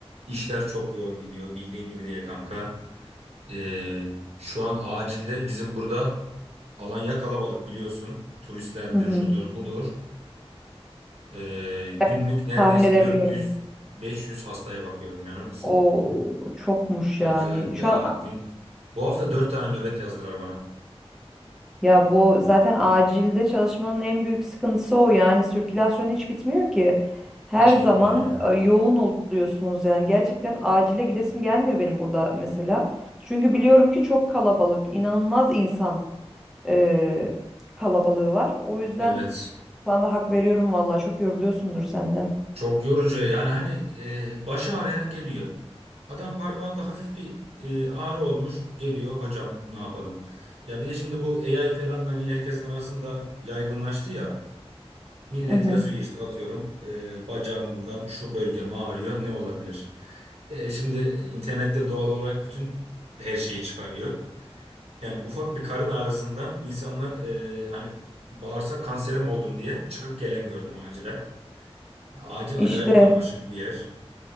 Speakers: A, on the right (about 75°); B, in the centre.
A: işler çok yoğun gidiyor bildiğin gibi değil kanka. Ee, şu an acilde bizim burada Alanya kalabalık biliyorsun. Turistlerdir,
B: Hı hı.
A: şudur, budur. Ee,
B: Ben
A: günlük neredeyse
B: Tahmin edebiliyorum.
A: 400-500 hastaya bakıyorum inanır mısın?
B: O çokmuş
A: Acayip
B: yani.
A: ya
B: Şu an
A: gün. Bu hafta 4 tane nöbet yazdılar bana.
B: Ya bu zaten acilde çalışmanın en büyük sıkıntısı o yani sirkülasyon hiç bitmiyor ki. Her
A: Hiç
B: zaman
A: bitmiyor yani.
B: e, yoğun oluyorsunuz yani gerçekten acile gidesim gelmiyor benim burada mesela. Çünkü biliyorum ki çok kalabalık, inanılmaz insan e, kalabalığı var. O yüzden
A: Evet.
B: sana da hak veriyorum valla çok yoruluyorsundur sen de.
A: Çok yorucu yani hani e, başı ağrıyan geliyor. Adam parmağında hafif bir e, ağrı olmuş geliyor hocam ne yapalım. Ya bir de şimdi bu AI falan hani herkesin arasında yaygınlaştı ya. Millet
B: Hı hı.
A: yazıyor işte atıyorum e, bacağımdan şu bölgem ağrıyor ne olabilir? E, şimdi internette doğal olarak bütün her şeyi çıkarıyor. Yani ufak bir karın ağrısından insanlar e, hani bağırsak kanserim oldum diye çıkıp gelen gördüm acile. Yani acil
B: İşte
A: acayip karmaşık bir yer.